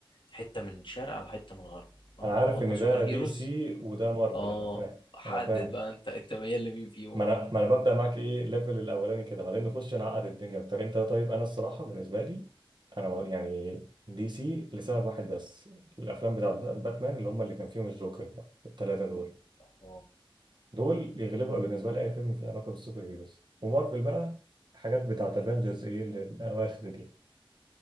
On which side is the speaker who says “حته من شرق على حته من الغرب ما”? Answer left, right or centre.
Left